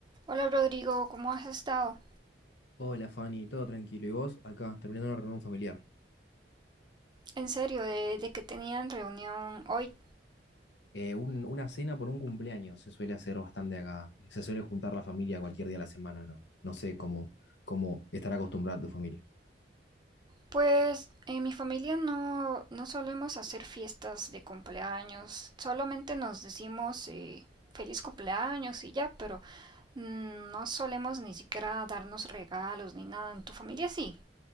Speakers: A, on the right (about 25°); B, on the left (about 80°).
A: Hola Rodrigo, ¿cómo has estado?
B: Hola Fanny, todo tranquilo. ¿Y vos? Acá, terminando una reunión familiar.
A: En serio, de, de que tenían reunión hoy.
B: Eh, un- una cena por un cumpleaños se suele hacer bastante acá. Eh, Se suele juntar la familia cualquier día de la semana, ¿no? No sé cómo, cómo estará acostumbrada tu familia.
A: Pues en mi familia no, no solemos hacer fiestas de cumpleaños, solamente nos decimos eh, feliz cumpleaños y ya, pero mm, no solemos ni siquiera darnos regalos ni nada. ¿En tu familia sí?